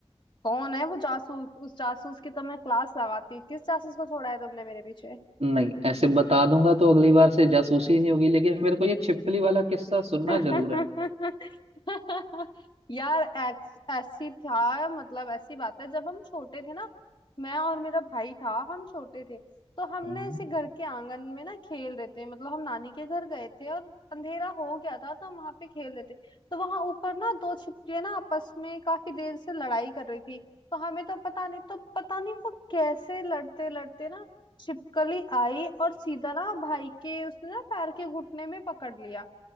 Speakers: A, on the left; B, on the right.
A: कौन है वो जासूस उस जासूस की तो मैं क्लास लगाती हूँ किस जासूस को छोड़ा है तुमने मेरे पीछे
B: नहीं ऐसे बता दूंगा तो अगली बार से जासूसी नहीं होगी लेकिन मेरे को ये छिपकली वाला किस्सा सुनना
A: <laughs>
B: जरूर है
A: यार ऐस- ऐसी था मतलब ऐसी बात है जब हम छोटे थे ना मैं और मेरा भाई था हम छोटे थे तो हमने
B: हम्म।
A: ऐसे घर के आंगन में ना खेल रहे थे मतलब हम नानी के घर गए थे और अंधेरा हो गया था तो हम वहां पे खेल रहे थे तो वहां ऊपर ना दो छिपकलियां ना आपस में काफी देर से लड़ाई कर रही थी तो हमें तो पता नहीं तो पता नहीं वो कैसे लड़ते लड़ते ना छिपकली आई और सीधा ना भाई के उसने ना पैर के घुटने में पकड़ लिया